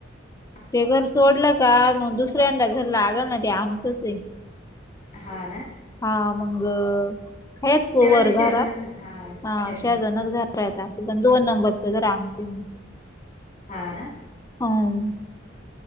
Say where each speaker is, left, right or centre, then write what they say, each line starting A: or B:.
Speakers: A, on the left; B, on the left.
A: ह <inaudible>
B: ते घर सोडलं का मग दुसऱ्यांदा घर लागल ना ते आमचंच आहे.
A: हा ना
B: हा मंग हेच <unintelligible>
A: त्याला निशेजानीच
B: घरा हा
A: खेटणे
B: शेजारनच घर खर असे पण दोन नंबरचे तर आमचे मग
A: हा ना
B: ह